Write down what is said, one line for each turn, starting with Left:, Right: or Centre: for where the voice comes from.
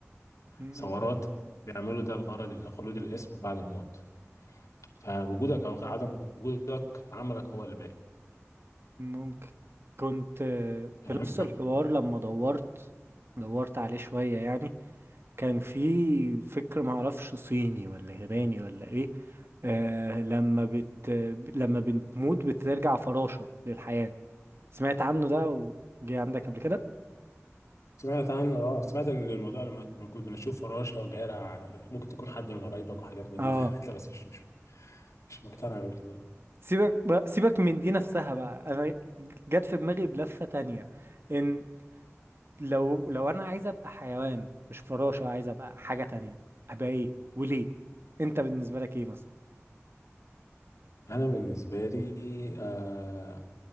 Right: امم
Left: وثورات
Right: إمم.
Left: بيعملوا ده الغرض لخلود الاسم بعد الموت فوجودك او عدم وجودك عملك هو اللي باين
Right: ممكن كنت آه،
Left: تمام
Right: في نفس الحوار لما دورت دورت عليه شويه يعني كان في فكر معرفش صيني ولا ياباني ولا ايه آه لما بت لما بتموت بترجع فراشة للحياة سمعت عنه ده وجي عندك قبل كده
Left: سمعت عن اه سمعت ان الموضوع لما لما كنت بشوف فراشه وجارع ممكن تكون حد من قرايبك وحاجات من
Right: اه
Left: دي فهمت بس مش مش مش مقتنع بال
Right: سيبك بقى سيبك من دي نفسها بقى انا جت في دماغي بلفة تانية ان لو لو انا عايز ابقى حيوان مش فراشة عايز ابقى حاجة تانية ابقى ايه وليه انت بالنسبة لك ايه مثلا
Left: انا بالنسبه لي آه...